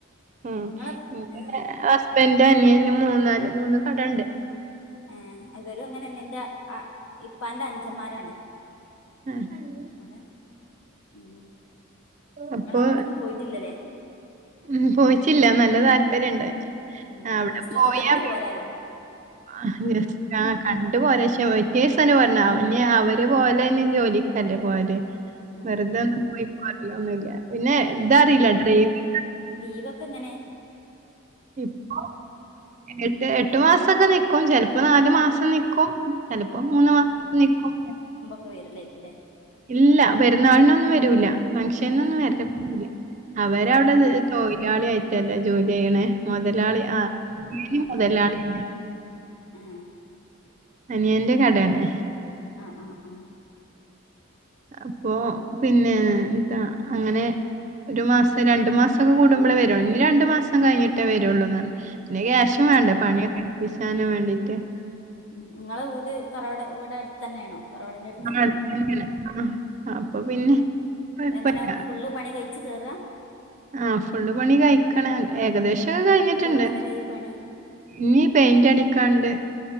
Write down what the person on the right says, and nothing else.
ഉം
ഉം ന്റെ
ഹസ്ബന്റിന്റെ അനിയന് മുന്നാല് മൂന്ന് കടയുണ്ട്
ആഹ് ഹലോ
അപ്പൊ
ഉം പോയിറ്റ്ല്ല നല്ല താല്പര്യണ്ട്
ആ അവിടെ
പോയാ
പിന്നെ
ആഗ്രഹ ആഹ് പക്ഷെ സ്ഥല വല്ല കണ്ട് പോരാംഅവര് പോലെയ്ന് ജോലിക്കല്ലേ പോകല്
വെറുതെ
ഒന്നും
പോയി പോരൊലൊന്നുല്ല പിന്നെ ത അറീല ഡ്രൈവി
ഇപ്പൊ എട്ട് എട്ട് മാസൊക്കെ നിക്കും ചെലപ്പൊ നാലു മാസം നിക്കും ചെലപ്പൊ മൂന്ന് മാസം നിക്കും
ഇല്ല പെരുന്നാളിനൊന്നും വരൂല്ല ഫങ്ഷനൊന്നും
വര ല്ല അവരവിടെ
തൊഴിലാളി ആയിറ്റല്ലേ ജോലി ചെയ്യണെമൊതലാളി ആഹ് <unintelligible> മുതലാളിതന്നെ
അനിയന്റെ കടേണ്
അപ്പോ പിന്നെ ന്താ അങ്ങനെ ഒരു മാസം രണ്ട് മാസൊക്കെ കൂടുമ്പൊളേ വരൂ ഞ്ഞ് രണ്ട് മാസം കഴിഞ്ഞിട്ടേ വരുള്ളൂ പിന്നെ ക്യാഷും
വേണ്ടേ പണിയൊക്കെ വീശാനും വേണ്ടിറ്റ്
ആ, അടുത്ത്
തന്നെയാണ് ആ, അപ്പൊ പിന്നെ കുഴപ്പമില്ല
ആഹ് ഫുള്ള് പണി കഴിക്കണ് ഏകദേശൊക്കെ കഴിഞ്ഞിട്ടുണ്ട്
ഇനി പെയിന്റടിക്കാണ്ട്